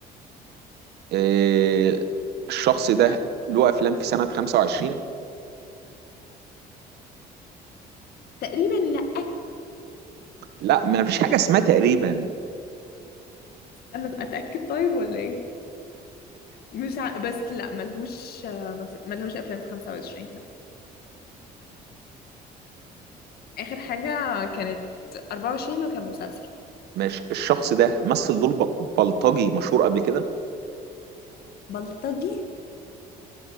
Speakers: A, on the right (about 75°); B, on the left (about 65°).
A: إيه، الشخص ده له افلام في سنة 25
B: تقريبا لا
A: لا ما فيش حاجة اسمها تقريبا
B: انا اتاكد طيب ولا ايه مش ع... بس لا ملهوش آه، مف- ملهوش افلام في 25 لا اخر حاجه كانت 24 وكان مسلسل
A: مش الشخص ده مثل دور ب- بلطجي مشهور قبل كده
B: بلطجي